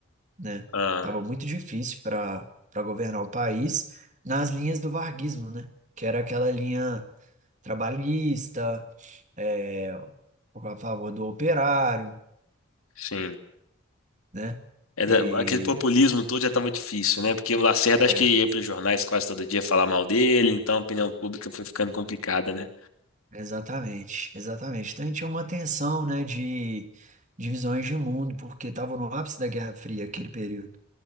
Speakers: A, on the right; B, on the left.
A: né?
B: Ah,
A: Tava muito difícil para para governar o país nas linhas do varguismo, né? Que era aquela linha trabalhista, é, a favor do operário,
B: sim.
A: né?
B: É
A: E
B: da- aquele populismo todo já estava difícil, né? Porque o Lacerda
A: é,
B: acho que ia para os jornais quase todo dia falar mal dele, então a opinião pública foi ficando complicada, né?
A: exatamente, exatamente. Então a gente tinha uma tensão, né, de divisões de mundo, porque estava no ápice da Guerra Fria aquele período.